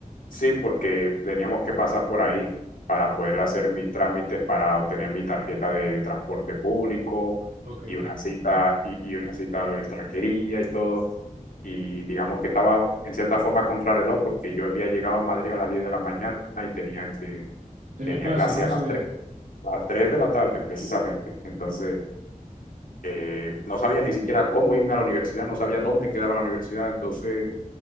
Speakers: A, on the left; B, on the right.
A: Sí, porque teníamos que pasar por ahí para poder hacer mis trámites, para obtener mi tarjeta de, de transporte público
B: Ok.
A: y una cita y, y una cita a la extranjería y todo. Y digamos que estaba en cierta forma contrarreloj porque yo había llegado a Madrid a las 10 de la mañana y tenía que
B: Tenías
A: tenía
B: clase,
A: clase
B: ¿no?
A: a
B: Ese
A: las
B: día.
A: tres a las 3 de la tarde precisamente. Entonces, eh, no sabía ni siquiera cómo irme a la universidad, no sabía dónde quedaba la universidad, entonces